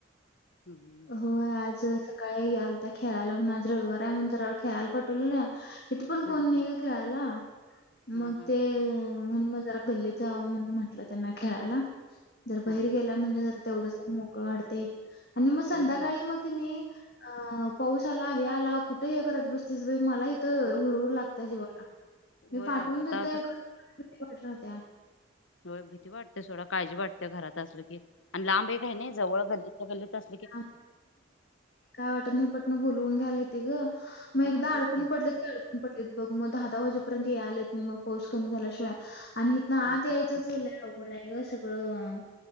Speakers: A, on the left; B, on the left.
A: हम्म
B: हो आज सकाळी आल तर खेळायला म्हणून आज रविवार आहे म्हण तर खेळायला पटवलं ना इथं पण कोणी
A: हा
B: नाही
A: हा
B: ग खेळाला
A: हा
B: मग
A: हा
B: ते म्ह मग ज गल्लीत जाव म्हण म्हट त्यांना खेळायला जर बहीर
A: हा
B: गेला
A: हा
B: म्हणजे ज तेवढं मोकळं वाढते आणि मग संध्याकाळी
A: होय होय
B: मग की नाही पाऊस आला हे आला कुठे हे करत बसतेस बा मला इथ हरर
A: होय
B: लाग त्या जव मी
A: होय
B: पाठवून
A: आता
B: देतयठत्या
A: कस हो भीती वाटते सोडा काळजी वाते घरात असलं की आणि लांब एक आहे नाही जवळ गल्लीत गल्लीत अस
B: ह काय वाटत नाही पटन बोलवून घ्यालाय ते ग मग
A: हा
B: एकदा
A: तेच
B: अडकून
A: की
B: पडले अडकून पडलेत बघ मग दहा दहा वाजेपर्यंत या आलेत नाही मग पोस कमी झाल्याशिवाय आणि हथ ना
A: होय
B: आत यायचंच
A: तसच होतंय
B: ल अवघड आहे ग सगळं